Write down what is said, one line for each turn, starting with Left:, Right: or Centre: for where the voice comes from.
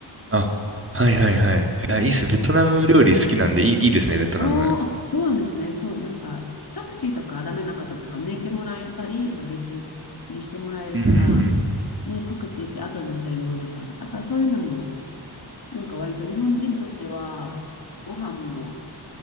Right: あ、はいはいはい。
Left: うん
Right: いや、
Left: 結構こう、
Right: いいっすね。ベトナム料理好きなんで、
Left: うん
Right: いい、いいですね、ベトナム。
Left: あーあ、そうなんですね。そう、なんか、パクチーとかダメな方とか抜いてもらえたり、まあ、別にしてもらえるから、
Right: うんうんうん。
Left: ね、パクチーって後に乗せるものだから。だからそういうのも、なんか割と日本人にとっては、ご飯も